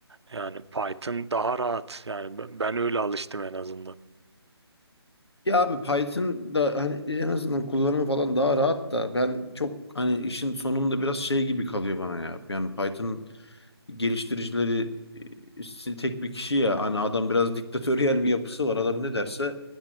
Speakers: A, on the right (about 80°); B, on the left (about 70°).
A: yani Python daha rahat. Yani ben, ben öyle alıştım en azından.
B: Ya abi Python da hani en azından kullanımı falan daha rahat da ben çok hani işin sonunda biraz şey gibi kalıyor bana ya. Yani Python geliştiricileri e, işte tek bir kişi ya. Hani adam biraz diktatöryel bir yapısı var. Adam ne derse